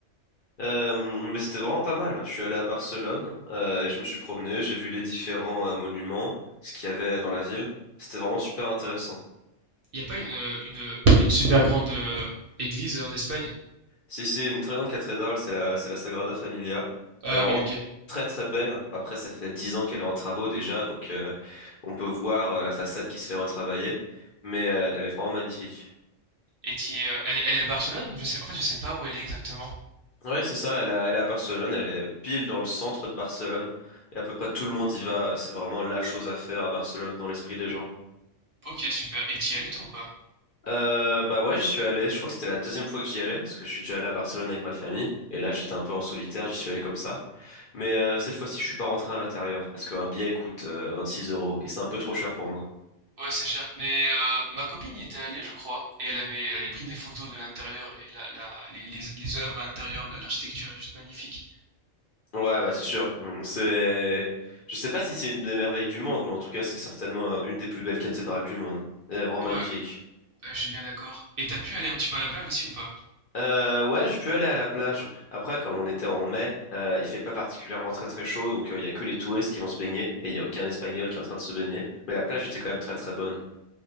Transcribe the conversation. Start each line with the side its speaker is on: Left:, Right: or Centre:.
Left: Euh, mais c'était vraiment pas mal. Je suis allé à Barcelone euh, et je me suis promené, j'ai vu les différents euh, monuments, ce qu'il y avait dans la ville. C'était vraiment super intéressant.
Right: Y a pas une, euh, une, une super grande euh, église en Espagne?
Left: Si c'est une très grande cathédrale, c'est la, c'est la Sagrada Familia.
Right: Ah
Left: Elle est vraiment
Right: oui, ok.
Left: très très belle. Après, ça fait dix ans qu'elle est en travaux déjà, donc euh, on peut voir euh, la façade qui se fait retravailler, mais euh, elle est vraiment magnifique.
Right: Et t'y, euh, elle est, elle est à Barcelone? Je sais, en fait, je sais pas où elle est exactement.
Left: Ouais, c'est ça. Elle est elle est à Barcelone. Elle est pile dans le centre de Barcelone et à peu près tout le monde y va. C'est vraiment la chose à faire à Barcelone dans l'esprit des gens.
Right: Ok, super. Et t'y es allé toi ou pas?
Left: Euh, bah ouais, j'y suis allé. Je crois que c'était la deuxième fois que j'y allais, parce que je suis déjà allé à Barcelone avec ma famille. Et là, j'étais un peu en solitaire, j'y suis allé comme ça. Mais euh, cette fois-ci, je suis pas rentré à l'intérieur, parce qu'un billet coûte euh, six euros, et c'est un peu trop cher pour moi.
Right: Ouais, c'est cher. Mais euh, ma copine y était allée, je crois, et elle avait, elle avait pris des photos de l'intérieur, et la, la- les, les, les œuvres à l'intérieur, la- l'architecture est juste magnifique.
Left: Ouais, bah c'est sûr. Mm, C'est, je sais pas si c'est une des merveilles du monde, mais en tout cas, c'est certainement euh, une des plus belles cathédrales du monde. Elle est vraiment magnifique.
Right: Ouais, ouais, je suis bien d'accord. Et t'as pu aller un petit peu à la plage aussi ou pas?
Left: Euh, ouais, j'ai pu aller à la plage. Après, comme on était en mai, euh, il fait pas particulièrement très très chaud, donc euh, il y a que les touristes qui vont se baigner et il y a aucun Espagnol qui est en train de se baigner. Mais la plage était quand même très très bonne.